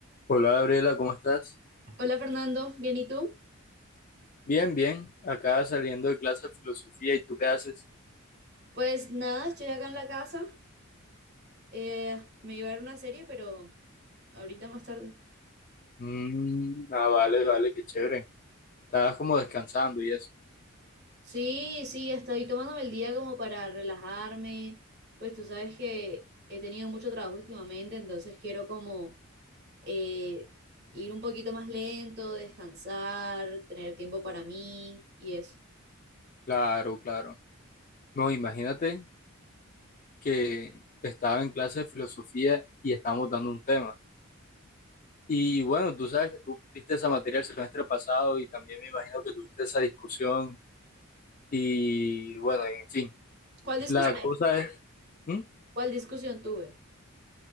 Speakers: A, on the left; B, on the right.
A: Hola Gabriela, ¿cómo estás?
B: Hola Fernando, ¿bien y tú?
A: Bien, bien. Acá saliendo de clase de filosofía, ¿y tú qué haces?
B: Pues nada, estoy acá en la casa. Eh, me iba a ver una serie, pero ahorita más tarde.
A: Mm, ah, vale, vale, qué chévere. Estabas como descansando y eso.
B: Sí, sí, estoy tomándome el día como para relajarme. Pues tú sabes que he tenido mucho trabajo últimamente, entonces quiero como eh, ir un poquito más lento, descansar, tener tiempo para mí y eso.
A: Claro, claro. No, imagínate que estaba en clase de filosofía y estábamos dando un tema. Y bueno, tú sabes que tú viste esa materia el semestre pasado y también me imagino que tuviste esa discusión. Y bueno, en fin,
B: ¿Cuál discusión?
A: la cosa es... ¿Mm?
B: ¿Cuál discusión tuve?